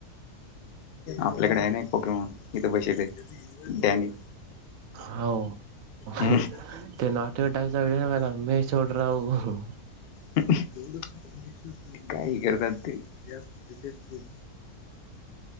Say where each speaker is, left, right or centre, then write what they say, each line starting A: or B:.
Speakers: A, on the left (about 80°); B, on the right (about 70°).
A: आपल्याकडे ने एक पोके म्हणून इथे बसले डॅनी.
B: हाव हे
A: हम्म.
B: ते नाटक बर मै छोड राहा हु.
A: <unintelligible> काई करतात ते जास्तीत.